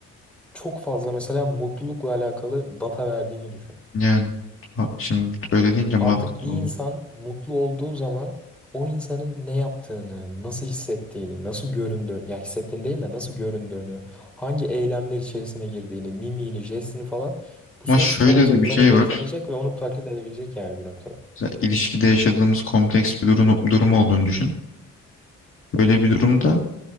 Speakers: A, in the centre; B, on the left.
A: çok fazla mesela mutlulukla alakalı data verdiğini düşün.
B: Yani ha- şimdi öyle deyince mantıklı
A: Artık bir
B: oldu.
A: insan mutlu olduğu zaman o insanın ne yaptığını, nasıl hissettiğini, nasıl göründüğünü, ya hissettiğini değil de nasıl göründüğünü, hangi eylemler içerisine girdiğini, mimiğini, jestini falan bu
B: Ama
A: sürekli
B: şöyle
A: tanıyacak,
B: de bir
A: tanıyacak,
B: şey var.
A: tanıyacak ve onu taklit edebilecek yani bir noktada.
B: Mesela ilişkide yaşadığımız kompleks bir durum, durum olduğunu düşün. Böyle bir durumda